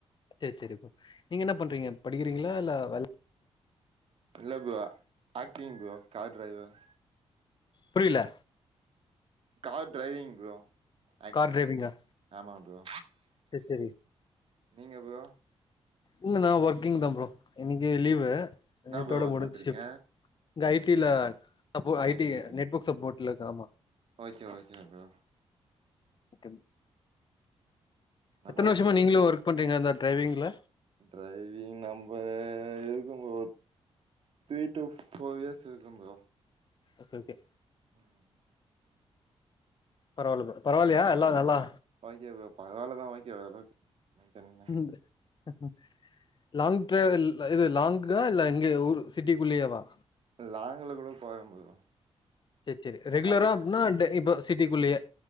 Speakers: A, on the left (about 45°); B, on the right (about 60°).
A: சேரி சேரி ப்ரோ நீங்க என்ன பண்றீங்க படிக்கிறீங்களா இல்ல வேல
B: இல்ல bro acting bro car driver
A: புரியல
B: car driving bro acting
A: car டிரைவிங்கா
B: ஆமா ப்ரோ
A: சேரி சேரி
B: நீங்க ப்ரோ
A: இல்ல நா ஒர்க்கிங்தா ப்ரோ இன்னைக்கு லீவு
B: என்ன
A: நேத்தோட
B: ப்ரோ ஒர்க்
A: முடிஞ்சு
B: பண்றீங்க
A: இங்க ஐடில சப்போ ஐடி
B: ஐ டி
A: நெட்வொர்க் சப்போர்ட்ல இருக்க ஆமா
B: ஓகே ஓகே ப்ரோ
A: ஓகே
B: அப்பறம்
A: எத்தன வருஷமாக
B: ப்ரோ
A: நீங்களும் ஒர்க் பண்றீங்க அந்த ட்ரைவிங்குல
B: டிரைவிங் நம்ப இருக்கும் bro three to four years இருக்கும் ப்ரோ
A: ஓகே ஓகே
B: உம்
A: பரவால்ல ப்ரோ பரவாயில்லையா எல்லா நல்லா
B: ஓகே ப்ரோ பரவாலதா ஓகே ப்ரோ மெயிண்டனிங்
A: சொல்லுங்க ப்ரோ லாங் ட்ரைவர் இது லாங்க்கா இல்ல இங்கே ஊர் சிட்டிக்குள்ளேயேவா
B: லாங்க்ல கூட போவே ப்ரோ
A: செரி செரி ரெகுலரா
B: அது
A: அப்னா டெ இப்போ சிட்டிக்குள்ளயே